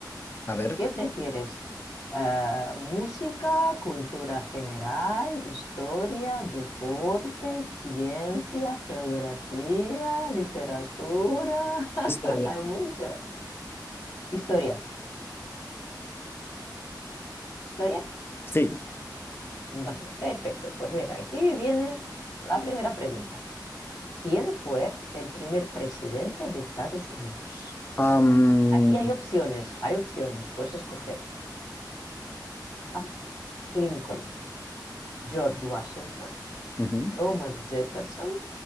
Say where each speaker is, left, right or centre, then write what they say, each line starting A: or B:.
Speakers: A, on the left (about 30°); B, on the left (about 50°).
A: A ver.
B: ¿Qué prefieres? Eh, música, cultura general, historia, deporte, ciencia, geografía, literatura. <laughs>
A: Historia.
B: Hay mucho. Historia. ¿Historia?
A: Sí.
B: Vale, perfecto. Pues mira, aquí viene la primera pregunta. ¿Quién fue el primer presidente de Estados Unidos?
A: am,
B: Aquí hay opciones, hay opciones, puedes escoger. A. Lincoln. George Washington,
A: ujú.
B: Thomas Jefferson,